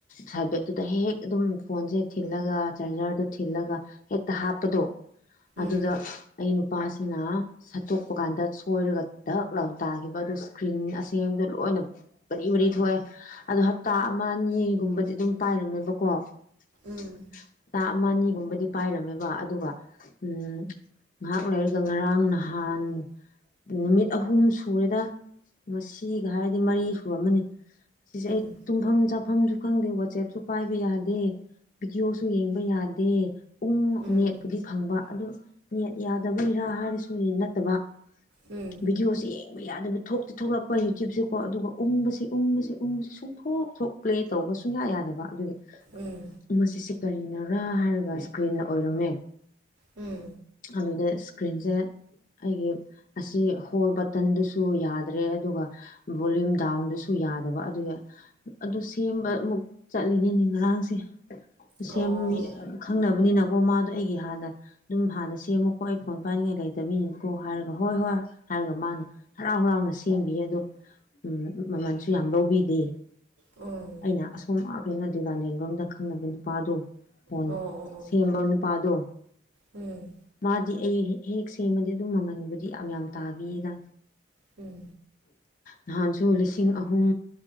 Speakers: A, on the left; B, on the right.
A: ꯁꯥꯏꯠ ꯕꯦꯛꯇꯨꯗ ꯍꯦꯛ ꯍꯦꯛ ꯑꯗꯨꯝ ꯐꯣꯟꯁꯦ ꯊꯤꯜꯂꯒ ꯆꯥꯔꯖꯔꯗꯣ ꯊꯤꯜꯂꯒ ꯍꯦꯛꯇ ꯍꯥꯞꯄꯗꯣ ꯑꯗꯨꯗ
B: ꯎꯝ
A: ꯑꯩ ꯅꯨꯄꯥꯁꯤꯅ ꯁꯠꯇꯣꯛꯄ ꯀꯥꯟꯗ ꯁꯣꯏꯔꯒ ꯗꯛ ꯂꯥꯎ ꯇꯥꯈꯤꯕ ꯑꯗꯨ ꯏꯁꯀ꯭ꯔꯤꯟ ꯑꯁꯦꯡꯕꯗ‌ꯣ ꯂꯣꯏꯅ ꯃꯔꯤ ꯃꯔꯤ ꯊꯣꯛꯑꯦ ꯑꯗꯣ ꯍꯞꯇꯥ ꯑꯃ ꯑꯅꯤꯒꯨꯝꯕ ꯗꯤꯗꯨꯝ ꯄꯥꯏꯔꯝꯃꯦꯕꯀꯣ ꯍꯥꯞꯇꯥ
B: ꯎꯝ
A: ꯑꯃ ꯑꯅꯤꯒꯨꯝꯕꯗꯤ ꯄꯥꯏꯔꯝꯃꯦꯕ ꯑꯗꯨꯒ ꯎꯝ ꯉꯥꯍꯥꯛ ꯂꯩꯔꯒ ꯉꯔꯥꯡ ꯅꯍꯥꯟ ꯅꯨꯃꯤꯠ ꯑꯍꯨꯝ ꯁꯨꯔꯦꯗ ꯉꯁꯤꯒ ꯍꯥꯏꯔꯗꯤ ꯃꯔꯤ ꯁꯨꯔꯝꯃꯅꯤ ꯑꯁꯤꯁꯦ ꯑꯩ
B: ꯎꯝ
A: ꯇꯨꯝꯐꯝ ꯆꯥꯐꯝꯁꯨ ꯈꯪꯗꯦ ꯋꯥꯆꯦꯞꯁꯨ ꯄꯥꯏꯕ ꯌꯥꯗꯦ ꯚꯤꯗꯤꯑꯣꯁꯨ ꯌꯦꯡꯕ ꯌꯥꯗꯦ ꯎꯪ
B: ꯎꯝ
A: ꯅꯦꯠꯄꯨꯗꯤ ꯐꯪꯕ ꯑꯗꯨ ꯅꯦꯠ ꯌꯥꯗꯕꯩꯔꯥ ꯍꯥꯏꯔꯁꯨꯅꯤ ꯅꯠꯇꯕ
B: ꯎꯝ
A: ꯕꯤꯗꯤꯑꯣꯁꯦꯌꯦ ꯇꯧꯕ ꯌꯥꯗꯕ ꯊꯣꯛꯇꯤ ꯊꯣꯛꯂꯛꯄ ꯌꯨꯇ꯭ꯌꯨꯨꯞꯁꯦꯀꯣ ꯑꯗꯨꯒ ꯎꯪꯕꯁꯤ ꯎꯪꯕꯁꯤ ꯎꯕꯁꯤ ꯁꯨꯡꯊꯣꯛ ꯊꯣꯛ ꯇꯔꯦ ꯇꯧꯕꯁꯨꯨꯡ ꯌꯥ ꯌꯥꯗꯕ ꯑꯗꯨꯒꯤ
B: ꯎꯝ
A: ꯃꯁꯤꯁꯤ ꯀꯔꯤꯅꯔꯥ ꯍꯥꯏꯔꯒ ꯏꯁꯀ꯭ꯔꯤꯟꯅ ꯑꯣꯏꯔꯝꯃꯦ
B: ꯎꯝ
A: ꯑꯗꯨꯅꯦ ꯑꯁ ꯏꯁꯀ꯭ꯔꯤꯟꯖꯩ ꯑꯩꯒꯤ ꯑꯁꯤ ꯍꯣꯜ ꯕꯇꯟꯗꯨꯁꯨ ꯌꯥꯗ꯭ꯔꯦ ꯑꯗꯨꯒ ꯚꯣꯂ꯭ꯌꯨꯝ ꯗꯥꯎꯟꯗꯨꯁꯨ ꯌꯥꯗꯕ ꯑꯗꯨꯒ ꯑꯗꯨ ꯁꯦꯝꯕ ꯑꯃꯨꯛ ꯆꯠꯂꯤꯅꯤꯅꯦ ꯉꯔꯥꯡꯁꯦ
B: ꯑꯣ
A: ꯁꯦꯝꯃꯤ ꯈꯪꯅꯕꯅꯤꯅꯀꯣ ꯃꯥꯗꯣ ꯑꯩꯒꯤ ꯍꯥꯟꯅ ꯑꯗꯨꯝ ꯍꯥꯟꯅ ꯁꯦꯝꯃꯨꯀꯣ ꯑꯩ ꯐꯣꯟ ꯄꯥꯏꯅꯤꯡꯉꯥꯏ ꯂꯩ ꯇꯕꯤꯅꯤꯀꯣ ꯍꯥꯏꯔꯒ ꯍꯣꯏ ꯍꯣꯏ ꯍꯥꯏꯔꯒ ꯃꯥꯅ ꯍꯔꯥꯎ ꯍꯔꯥꯎꯅ ꯁꯦꯝꯕꯤ ꯑꯗꯣ ꯎꯝ ꯃꯃꯜꯁꯨ ꯌꯥꯝ ꯂꯧꯕꯤꯗꯦ
B: ꯎꯝ
A: ꯑꯩꯅ ꯑꯁꯣꯝ ꯑꯥ ꯀꯩꯅꫭ ꯗꯨꯂꯥꯂꯦꯟꯕꯝꯗ ꯈꯪꯅꯕ ꯅꯨꯄꯥꯗꯣ ꯐꫭꯟ
B: ꯑꯣ ꯑꯣ ꯑꯣ
A: ꯁꯦꯝꯕ ꯅꯨꯄꯥꯗꯣ
B: ꯎꯝ
A: ꯃꯥꯗꯤ ꯑꯩ ꯍꯦꯛ ꯁꯦꯝꯃꯗꯤ ꯑꯗꯨꯝ ꯃꯃꯟꯕꯨꯗꯤ ꯌꯥꯝ ꯌꯥꯝ ꯇꯥꯕꯤꯗ
B: ꯎꯝ
A: ꯅꯍꯥꯟꯁꯨ ꯂꯤꯁꯤꯡ ꯑꯍꯨꯝ